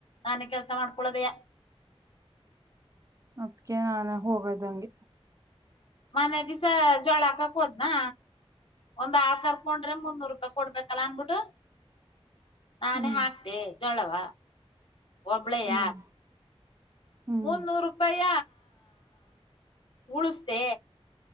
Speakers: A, on the left; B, on the right.
A: ನಾನೇ ಕೆಲ್ಸಾ ಮಾಡ್ಕೊಳದೆಯಾ.
B: ಅದ್ಕೆ ನಾನೇ ಹೋಗದಂಗೆ.
A: ಮನ್ನೆ ದಿವಸಾ ಜ್ವಾಳಾ ಹಾಕಕೊದ್ನಾ. ಒಂದ್ ಆರ್ ಕರ್ಕೊಂಡ್ರೆ ಮುಂದ ನೂರು ರೂಪಾಯಿ ಕೊಡ್ಬೇಕಲ್ಲ ಅನ್ಬಿಟ್ಟು ನಾನೇ
B: ಹ್ಮ್
A: ಹಾಕ್ತೆ ಜೊಳವ ಒಬ್ಳೆಯ
B: ಹ್ಮ್ ಹ್ಮ್
A: ಮುನ್ನೂರು ರೂಪಾಯ ಉಳಿಸ್ದೆ